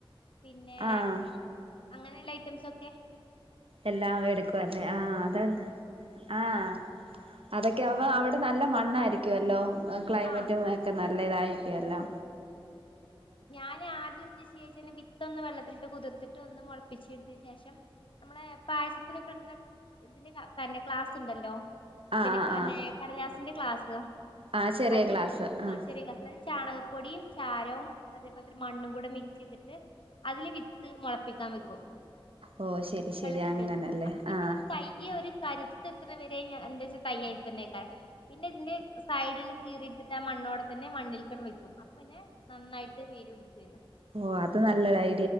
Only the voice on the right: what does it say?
ആഹ്
എല്ലാം എടുക്കുവല്ലേ ആഹ് അതെ ആഹ് അതൊക്കെ അവ അവിടെ നല്ല മണ്ണായിരിക്കുവല്ലോ ക്ലൈമറ്റും
ഒക്കെ നല്ലതായിരിക്കുവല്ലോ
ആഹ്
ആഹ് ആഹ്
ആഹ് ചെറിയ
ഗ്ലാസ് ആഹ്
ഓ ശരി ശരി
അങ്ങനല്ലേ
ആഹ്
ഓഹ് അത് നല്ലൊരയ്